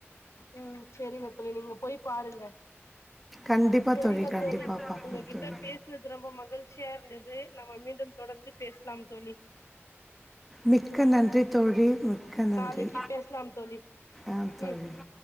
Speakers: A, on the left (about 85°); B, in the centre.
A: உம் சரிங்க தோழி நீங்க போய் பாருங்க.
B: கண்டிப்பாக
A: சரிங்க
B: கண்டிப்பாக
A: தோழி,
B: பார்க்குறேன்
A: உங்ககிட்ட
B: தோழி
A: பேசினது ரொம்ப மகிழ்ச்சி. ஈஸியா இருந்தது. நம்ம மீண்டும் தொடர்ந்து பேசலாம் தோழி.
B: மிக்க நன்றி தோழி மிக்க நன்றி.
A: நாளைக்கு பேசலாம் தோழி
B: ஆஹ் தோழி.
A: ம்